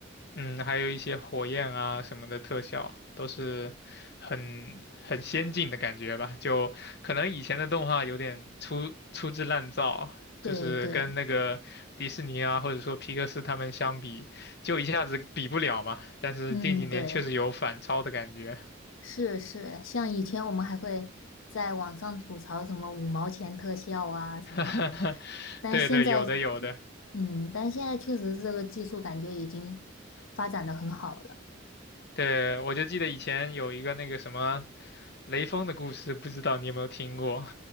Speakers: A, on the left; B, on the left.
A: 嗯，还有一些火焰啊什么的特效，都是很很先进的感觉吧。就可能以前的动画有点粗粗制滥造，
B: 对对，
A: 就是跟那个迪士尼啊，或者说皮克斯他们相比，就一下子比不了嘛。但是近几年确实有反超的感觉。
B: 嗯对。是是，像以前我们还会在网上吐槽什么五毛钱特效啊什么的，
A: <laughs>
B: 但现在，
A: 对对，有的有的。
B: 嗯，但现在确实这个技术感觉已经发展的很好了。
A: 对，我就记得以前有一个那个什么雷锋的故事，不知道你有没有听过？